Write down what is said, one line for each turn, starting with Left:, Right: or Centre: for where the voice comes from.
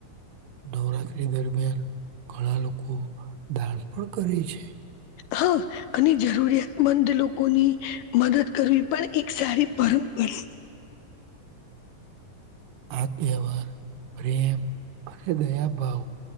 Right: નવરાત્રી દરમિયાન ઘણા લોકો દાન પણ કરે છે.
Left: હા! અને જરૂરિયાતમંદ લોકોની મદદ કરવી પણ એક સારી પર <unintelligible>
Right: આ તહેવાર પ્રેમ અને દયા ભાવ